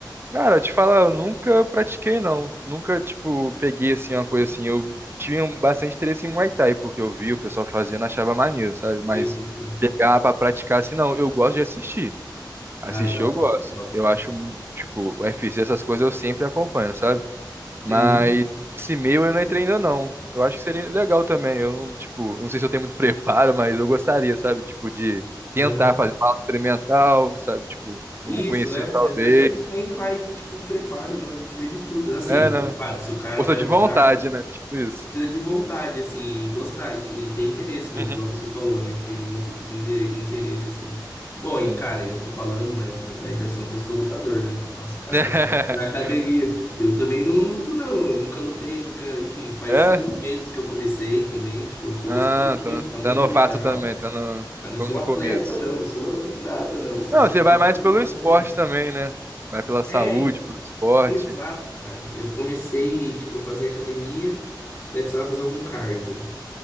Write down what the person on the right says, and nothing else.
Cara, eu te falar, eu nunca pratiquei, não. Nunca, tipo, peguei, assim, uma coisa assim. Eu tinha bastante interesse em Muay Thai, porque eu vi o pessoal fazendo, achava maneiro, sabe? Mas
pegar pra praticar, assim, não. Eu gosto de assistir.
Assistir
eu gosto.
Eu acho, tipo, o UFC, essas coisas eu sempre acompanho, sabe? Mas
esse meio eu não entrei ainda, não. Eu acho que seria legal também. Eu não, tipo, não sei se eu tenho muito <laughs> preparo, mas eu gostaria, sabe? Tipo, de tentar
fazer uma aula experimental, sabe? Tipo, algum
conhecido
talvez.
É, né?
Força
de
vontade, né? Tipo isso.
Uhum.
Sim.
<laughs>
É?
Ah,
tá.
Tá novato
também, tá no,
com-
no
começo.
Não,
você
vai mais pelo
esporte
também, né? Vai pela saúde,
pelo esporte.